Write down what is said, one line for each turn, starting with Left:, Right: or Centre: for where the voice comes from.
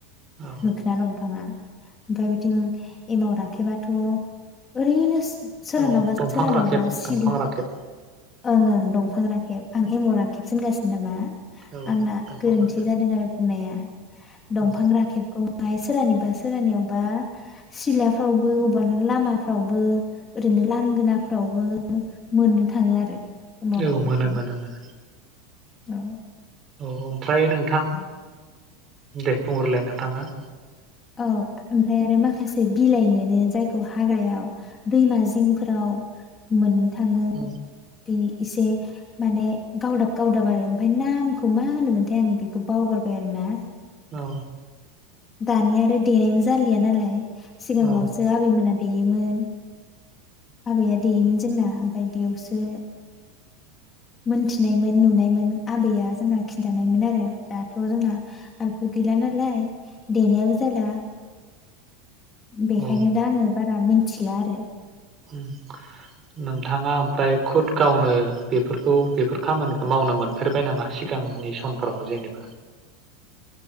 Right: औ
Left: मोख्रा दंफाङा ओमफ्राय बिथिं एमाव रांखेबाथ' ओरैनो -- सोरहानावबा
Right: औ दंफां
Left: सोरहानावबा
Right: राखेब
Left: सिल
Right: दंफां
Left: --
Right: राखेब
Left: ओं ओं दंफां राखेब आं एमाव राखेबसो होनगागासिनो नामा?
Right: औ
Left: आंना
Right: दंफां
Left: गोरोन्थि
Right: राखेब
Left: जादों आरो बुंनाया दंफां
Right: औ
Left: राखेब दंहाय सोरहानियावबा सोरहानियावबा सिलाफ्रावबो अबबा लामाफ्रावबो ओरैनो लांगोनाफ्रावबो मोननो थाङो आरो एमाव राखेबखौ
Right: औ मोनो मोनो मोनो।
Left: औ
Right: औ ओमफ्राय नोंथां दे बुंहरलाय नोंथाङा
Left: औ ओमफ्राय आरो माखासे बिलाइ मोनो जायखौ हाग्रायाव दैमा जिंफोराव मोन थाङो
Right: औ
Left: बे एसे माने गावदाब - गावदाब आरो ओमफ्राय नामखौ मा होनोमोनथाय आं बेखौ बावगारबाय आरो ना
Right: औ
Left: दानि आरो देनायबो जालिया नालाय सिगाङावसो
Right: औ
Left: आबै मोना देयोमोन आबैया देयोमोन जोंना ओमफ्राय बेयावसो मोनथिनाय नुनायमोन आबैया जोंना खिन्थानायमोन आरो दा नआव जोंना <unintelligible> गैला नालाय देनायाबो जाला बेखायनो
Right: औ
Left: दा आङो बारा मिन- थिला आरो
Right: उम नोंथाङा ओमफ्राय खुद गावनो बेफोरखौ बेफोर खामानिखौ मावनो मोनफेरबाय नामा सिगांनि समफोराव जेनेबा